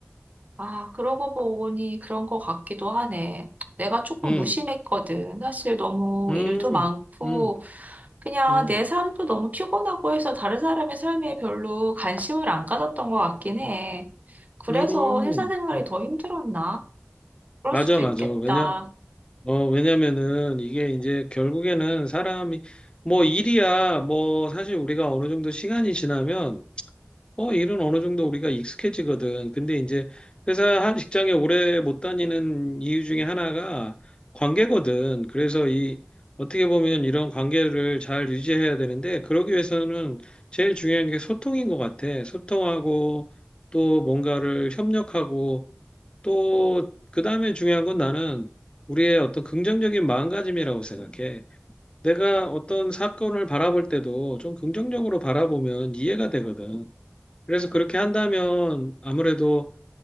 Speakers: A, on the right; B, on the left.
A: 아, 그러고 보니 그런 것 같기도 하네. 내가 조금
B: 음,
A: 무심했거든. 사실 너무
B: 음,
A: 일도 많고,
B: 음,
A: 그냥
B: 음,
A: 내 삶도 너무 피곤하고 해서 다른 사람의 삶에 별로 관심을 안 가졌던 것 같긴 해. 그래서
B: 음.
A: 회사 생활이 더 힘들었나? 그럴
B: 맞아,
A: 수도
B: 맞아.
A: 있겠다.
B: 왜냐, 어, 왜냐면은 이게 이제 결국에는 사람이 뭐 일이야 뭐 사실 우리가 어느 정도 시간이 지나면 어 일은 어느 정도 우리가 익숙해지거든. 근데 이제 회사 한 직장에 오래 못 다니는 이유 중에 하나가 관계거든. 그래서 이 어떻게 보면 이런 관계를 잘 유지해야 되는데 그러기 위해서는 제일 중요한 게 소통인 것 같아. 소통하고 또 뭔가를 협력하고 또, 그 다음에 중요한 건 나는 우리의 어떤 긍정적인 마음가짐이라고 생각해. 내가 어떤 사건을 바라볼 때도 좀 긍정적으로 바라보면 이해가 되거든. 그래서 그렇게 한다면 아무래도